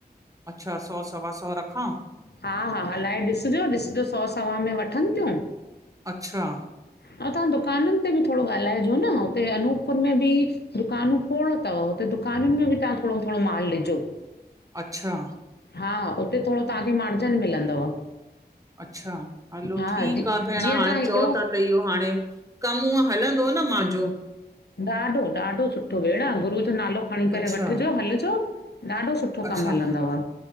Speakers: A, on the right (about 20°); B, on the left (about 75°).
A: अच्छा, सौ सवा सो रखां।
B: हाहा हलाए ॾिसजो, ॾिसजो सौ सवा में वठन तियूं।
A: अच्छा।
B: अउ तहां दुकानन ते बि थोड़ो गालाऐ जो न हुते अनूपपुर में बि दुकानूं खोड़ तव हुते दुकानिनयूं में बि तहां थोड़ो-थोड़ो माल ॾिजो।
A: अच्छा।
B: हा! उते थोड़ो तहांखे मार्ज़न मिलंदव।
A: अच्छा, हलो
B: हा
A: ठीक
B: जी
A: आ भेण
B: जीअं
A: हाणे
B: तव्हां हिकिड़ो
A: चओ ता त इहो हाणे कम हूअ हलंदो न मांजो।
B: ॾाढो ॾाढो सुठो भेण गुरू जो नालो खणी करे
A: अच्छा
B: वठजो हलजो ॾाढो सुठो। सुठो
A: अच्छा
B: कम हलंदव